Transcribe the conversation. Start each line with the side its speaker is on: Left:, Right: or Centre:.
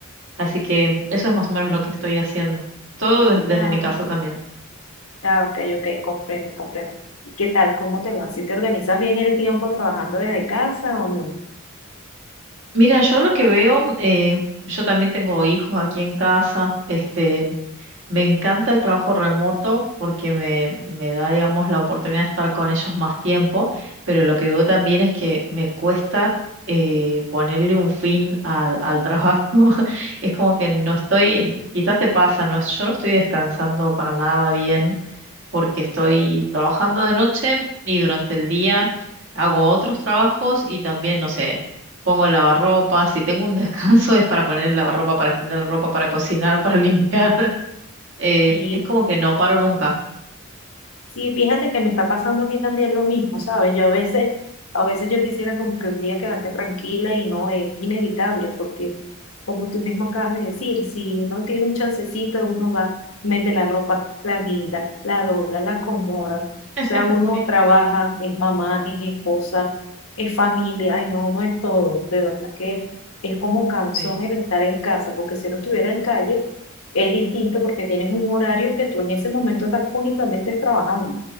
Right: Así que eso es más o menos lo que estoy haciendo. Todo des- desde
Left: Ah,
Right: mi casa también.
Left: ah, ok, ok, comprendo, comprendo. ¿Y ¿Qué tal? ¿Cómo te va? ¿Si te organizas bien el tiempo trabajando desde casa o no?
Right: Mira, yo lo que veo, eh, yo también tengo hijos aquí en casa, este, me encanta el trabajo remoto porque me, me da, digamos, la oportunidad de estar con ellos más tiempo, pero lo que veo también es que me cuesta eh, ponerle un fin al, al trabajo. <laughs> Es como que no estoy, quizás te pasa, no, yo no estoy descansando para nada bien porque estoy trabajando de noche y durante el día hago otros trabajos y también, no sé, pongo el lavarropa. Si tengo un descanso <laughs> es para poner el lavarropa, para extender la ropa, para cocinar, para limpiar. <laughs> Eh,
Left: Y
Right: es como que no paro nunca.
Left: Sí, fíjate que me está pasando a mí también lo mismo, ¿sabes? Yo a veces, a veces yo quisiera como que un día quedarme tranquila y no es inevitable, porque como tú mismo acabas de decir, si uno tiene un chancecito, uno va, mete la ropa, la guinda, la dobla, la acomoda. O
Right: <laughs>
Left: sea, uno
Right: Sí,
Left: trabaja, es mamá, es esposa, es familia, ay no, no es todo, de verdad que es como cansón
Right: sí.
Left: el estar en casa, porque si no estuviera en calle, es distinto porque tienes un horario que tú en ese momento estás únicamente trabajando.